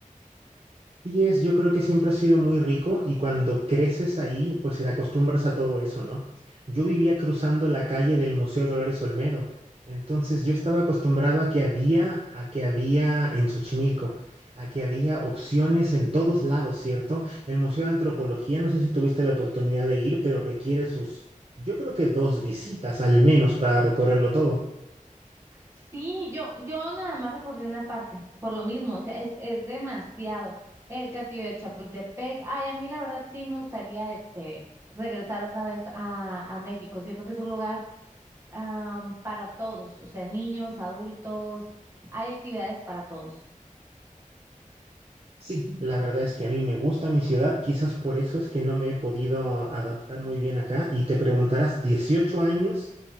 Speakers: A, on the right (about 45°); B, on the right (about 20°).
A: Sí es, yo creo que siempre ha sido muy rico y cuando creces ahí, pues te acostumbras a todo eso, ¿no? Yo vivía cruzando la calle del Museo Dolores Olmedo, entonces yo estaba acostumbrado a que había, a que había en Xochimilco, a que había opciones en todos lados, ¿cierto? El Museo de Antropología, no sé si tuviste la oportunidad de ir, pero requiere sus, yo creo que dos visitas al menos para recorrerlo todo.
B: Sí, yo, yo nada más recorrí una parte, por lo mismo, o sea, es, es demasiado. El castillo de Chapultepec, ay, a mí la verdad sí me gustaría este regresar otra vez a, a México. Siento que es un lugar am, para todos, o sea, niños, adultos, hay actividades para todos.
A: Sí, la verdad es que a mí me gusta mi ciudad, quizás por eso es que no me he podido adaptar muy bien acá. Y te preguntarás, dieciocho años?